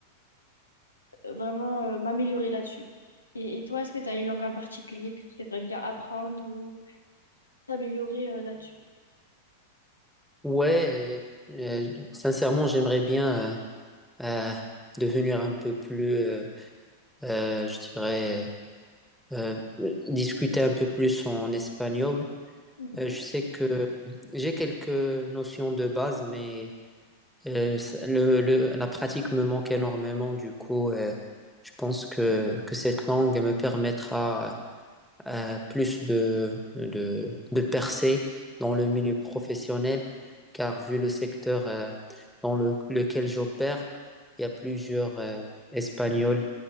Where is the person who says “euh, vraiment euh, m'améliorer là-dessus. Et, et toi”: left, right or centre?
Left